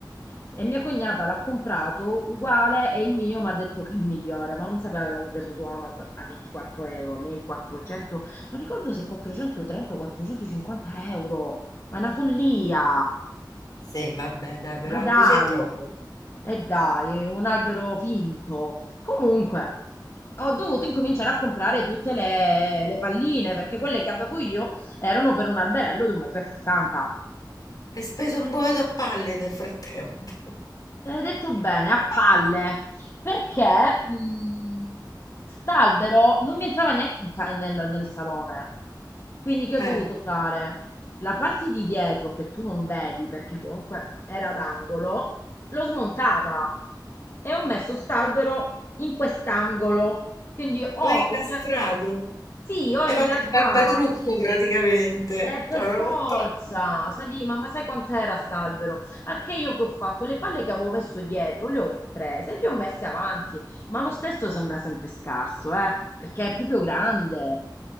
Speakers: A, on the left; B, on the left.
A: E mia cognata l'ha comprato uguale e il mio mi ha detto che è migliore, ma non sapeva che l'avevo preso su Amazon a 24 euro, lei 400, non ricordo se 430 o 450 euro, ma è una follia.
B: Sì, vabbè, dai, però
A: Ma dai,
B: così è troppo.
A: e dai, è un albero finto. Comunque, ho dovuto incominciare a comprare tutte le, le palline perché quelle che avevo io erano per un alberello di 1,60 m.
B: Hai speso un boato a palle nel frattempo.
A: Hai detto bene,
B: <laughs>
A: a palle, perché mh, st'albero non mi entrava neanche in ca- nel, nel salone. Quindi che ho
B: Eh,
A: dovuto fare? La parte di dietro che tu non vedi perché comunque era d'angolo, l'ho smontata e ho messo st'albero in quest'angolo. Quindi ho
B: l'hai incastrato.
A: in real- sì, ho
B: Hai
A: in
B: fatto
A: realtà
B: il barbatrucco praticamente.
A: eh, per
B: Cioè, proprio
A: forza,
B: tra-
A: sai, di- ma, ma sai quant'era st'albero? Anche io che ho fatto le palle che avevo messo dietro, le ho prese e le ho messe avanti, ma lo stesso sembra sempre scarso, eh, perché è proprio grande,